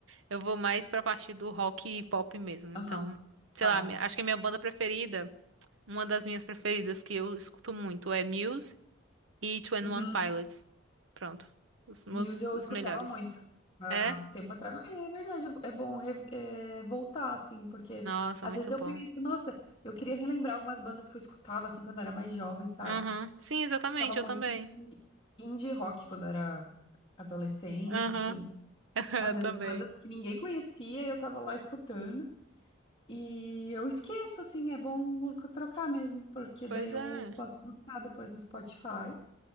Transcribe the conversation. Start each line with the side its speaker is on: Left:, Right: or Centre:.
Right: eu vou mais pra parte do rock e pop mesmo. Então,
Left: Aham.
Right: sei
Left: Tá.
Right: lá, mi- acho que a minha banda preferida, uma das minhas preferidas que eu escuto muito é Muse e Twenty
Left: Uhum.
Right: One Pilots. Pronto. Os meus,
Left: Muse eu
Right: os
Left: escutava
Right: melhores.
Left: muito há
Right: É?
Left: tempo atrás. É verdade, é bom re- é, voltar, assim, porque
Right: Nossa,
Left: às
Right: muito
Left: vezes eu
Right: bom.
Left: penso, nossa, eu queria relembrar algumas bandas que eu escutava, assim, quando eu era mais jovem, sabe?
Right: Aham. Sim, exatamente,
Left: Gostava muito
Right: eu também.
Left: de indie rock quando eu era adolescente,
Right: Aham.
Left: assim.
Right: <laughs> Eu
Left: Às vezes
Right: também.
Left: bandas que ninguém conhecia e eu tava lá escutando. E eu esqueço, assim, é bom trocar mesmo, porque
Right: Pois
Left: daí eu
Right: é.
Left: posso buscar depois no Spotify.